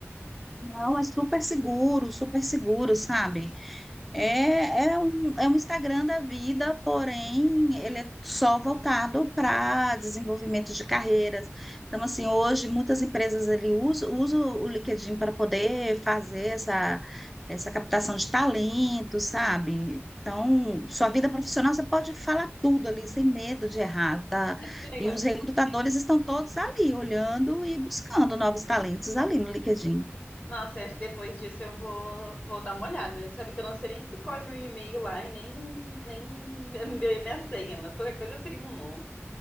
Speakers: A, in the centre; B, on the left.
A: Não, é super seguro, super seguro, sabe? É, é um, é um Instagram da vida, porém ele é só voltado para desenvolvimento de carreiras. Então, assim, hoje muitas empresas ele usam, usam o LinkedIn para poder fazer essa, essa captação de talento, sabe? Então, sua vida profissional você pode falar tudo ali, sem medo de errar, tá?
B: Que legal.
A: E os recrutadores estão todos ali, olhando e buscando novos talentos ali no LinkedIn.
B: Nossa, eu acho que depois disso eu vou, vou dar uma olhada. Sabe que eu não sei nem se corre meu e-mail lá e nem, nem minha minha senha, mas qualquer coisa eu crio um novo.